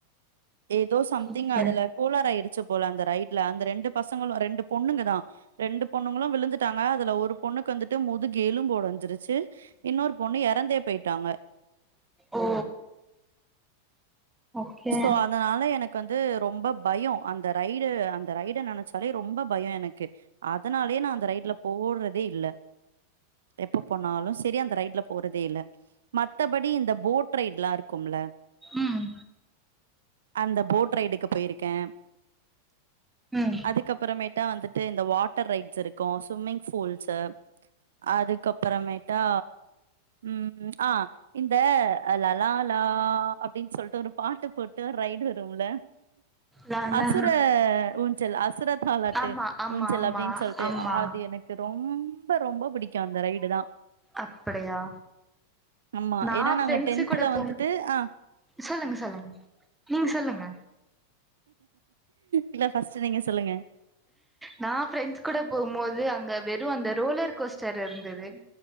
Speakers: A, on the right; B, in the centre.
A: ஏதோ சம்திங்
B: ஓகே
A: அதுல போலர் ஆயிடு போல அந்த ரைடல அந்த ரெண்டு பசங்களும் ரெண்டு பொண்ணுங்க தான் ரெண்டு பொண்ணுங்களும் விழுந்துட்டாங்க அதுல ஒரு பொண்ணுக்கு வந்துட்டு முதுகு எழும்பு ஒடஞ்சிருச்சு இன்னொரு பொண்ணு எறந்தே பேயிட்டாங்க
B: ஓ ஓகே
A: சோ அதனால எனக் எனக்கு வந்து ரொம்ப பயோம் அந்த ரைடு அந்த ரைடு நினைச்சாலே ரொம்ப பயோம் எனக்கு அதனாலயே நான் அந்த ரைட்ல போடுறதே இல்ல எப்ப போனாலும் சேரி அந்த ரைட்ல போறதே இல்ல மத்தபடி இந்த போட் ரைட்லாம் இருக்கும்ல
B: ம்
A: அந்த போட் ரைடுக்கு போயிருக்கேன்
B: ம்
A: அதுக்கப்பறமேட்டா வந்துட்டு இந்த வாட்டர் ரைட்ஸ் இருக்கும் ஸ்விம்மிங் பூல்ஸ் அதுக்கப்பறமேட்டா உம் ஆஹ் இந்த லலாலாலா அப்டின்னு சொல்லிட்டு ஒரு பாட்டு போட்டு ஒரு ரைடு வரும்ல
B: நானா
A: அசுர உ ஜல் அசுரத் தாலாட்டு
B: ஆமா ஆமா
A: ஊஞ்சல்
B: ஆமா
A: அப்டின்னு சொல்லிட்டு
B: ஆமா
A: ஆதி எனக்கு ரொம்ப ரொம்ப ரொம்ப பிடிக்கும் அந்த ரைடு தான்
B: அப்படியா
A: ஆமா
B: நா
A: ஏன்னா நாங்க
B: பிரிண்ட்ஸ்
A: டென்த்ல
B: கூட போ
A: வந்துட்டு ஆ
B: சொல்லுங்க சொல்லுங்க நீங்க சொல்லுங்க
A: இல்ல பர்ஸ்ட் நீங்க சொல்லுங்க
B: நான் ஃப்ரெண்ட்ஸ் கூட போகும்போது அங்க வெறும் அந்த ரோலர் கோஸ்டர் இருந்தது